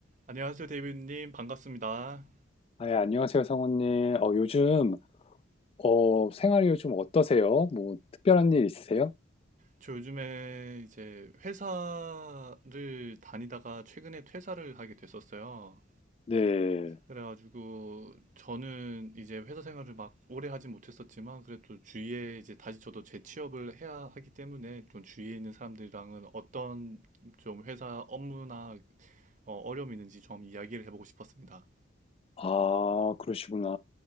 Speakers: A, on the right; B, on the left.
A: 안녕하세요, 데이비드님. 반갑습니다.
B: 아, 예, 안녕하세요, 성우님. 어, 요즘, 어, 생활이 요즘 어떠세요? 뭐, 특별한 일 있으세요?
A: 저 요즘에 이제 회사를 다니다가 최근에 퇴사를 하게 됐었어요.
B: 네.
A: 그래가지고 저는 이제 회사 생활을 막 오래 하진 못했었지만 그래도 주위에 이제 다시 저도 재취업을 해야 하기 때문에 좀 주위에 있는 사람들이랑은 어떤 좀 회사 업무나 어, 어려움이 있는지 좀 이야기를 해보고 싶었습니다.
B: 아, 그러시구나.